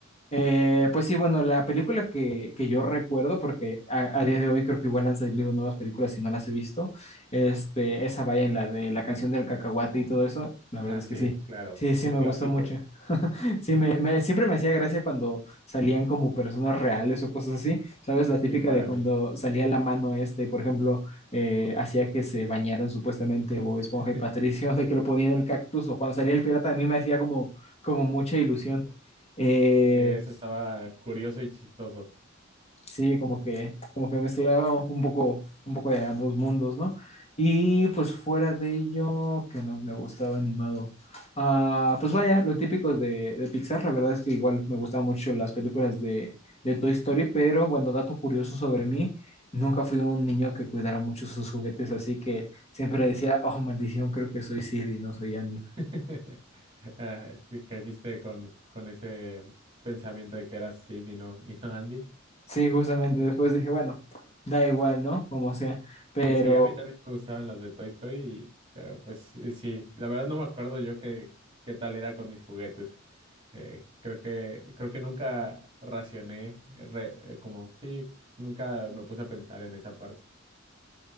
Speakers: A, on the left; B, on the right.
A: Eh, pues sí, bueno, la película que, que yo recuerdo, porque a, a día de hoy creo que igual han salido nuevas películas y no las he visto, este, esa vaya en la de la canción del cacahuate y todo eso, la verdad
B: Ah,
A: es
B: sí,
A: que sí,
B: claro,
A: sí, sí
B: un
A: me
B: clásico.
A: gustó mucho. <laughs> Sí,
B: <laughs>
A: me, me- siempre me hacía gracia cuando salían como personas reales o cosas así, ¿sabes?
B: Sí,
A: La típica
B: igual
A: de
B: a
A: cuando
B: mí.
A: salía la mano este, por ejemplo, eh, hacía que se bañaran supuestamente Bob Esponja
B: <laughs>
A: y Patricio, <laughs> de que lo ponían en el cactus, o cuando salía el pirata, a mí me hacía como, como mucha ilusión. Eh,
B: Sí, eso estaba curioso y chistoso.
A: Sí, como que, como que mezclaba un poco, un poco de ambos mundos, ¿no? Y pues fuera de ello, ¿qué más me gustaba animado? Ah, pues vaya, lo típico de, de Pixar, la verdad es que igual me gustaban mucho las películas de, de Toy Story, pero bueno, dato curioso sobre mí, nunca fui un niño que cuidara mucho sus juguetes, así que siempre decía, oh, maldición, creo que soy Sid y no soy Andy.
B: <laughs> Ah, Creciste con, con ese pensamiento de que eras Sid y no, y no Andy.
A: Sí, justamente después dije, bueno, da igual, ¿no? Como sea. Pero
B: Y sí, a mí también me gustaban las de Toy Story, y- pero pues eh, sí, la verdad no me acuerdo yo qué, qué tal era con mis juguetes. Eh, creo que, creo que nunca racioné, eh, re- eh, como sí, nunca me puse a pensar en esa parte.